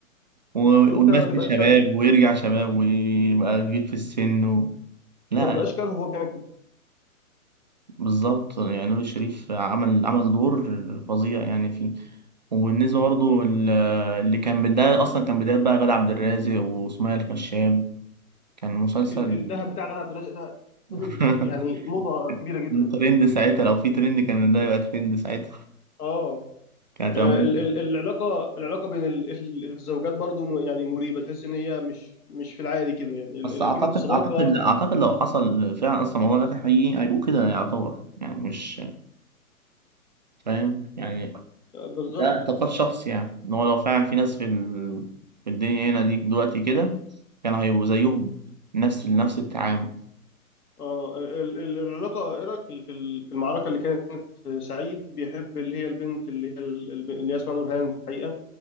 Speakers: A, on the right; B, on the left.
A: و-
B: أنت
A: ويمثل
B: ما تبقاش
A: شباب
B: كارهه
A: ويرجع شباب ويبقى كبير في السن و... لا
B: وما تبقاش
A: لا
B: كارهه وهو بيعمل كده
A: بالظبط يعني نور الشريف عمل عمل دور فظيع يعني فيه وبالنسبة برضه ال- اللي كان بداية أصلا كان بداية بقى غادة عبد الرازق وسمية الخشاب كان مسلسل
B: ال- الذهب بتاع غادة عبد الرازق ده
A: <laughs>
B: فضل يعني موضة كبيرة جدا
A: من ترند ساعتها لو في ترند كان ده يبقى ترند ساعتها
B: اه
A: كانت
B: ال-
A: هتعمل-
B: ال- العلاقة العلاقة بين ال- ال- الزوجات برضو م- يعني مريبة تحس إن هي مش مش في العادي كده يعني ال-
A: بس أعتقد
B: ال- فكرة الصداقة
A: أعتقد لا أعتقد لو حصل فعلا أصلا الموضوع ده في حقيقي هيبقوا كده يعتبر يعني مش فاهم يعني
B: آه، بالظبط
A: ده اعتقاد شخصي يعني ان هو لو فعلا في ناس في ال... في الدنيا هنا دي دلوقتي كده كان هيبقوا زيهم نفس نفس التعامل
B: اه ال- ال- العلاقة ايه رأيك في ال- في ال- في المعركة اللي كانت سعيد بيحب اللي هي البنت اللي هي ال- الب- اللي هي اسمها نورهان في الحقيقة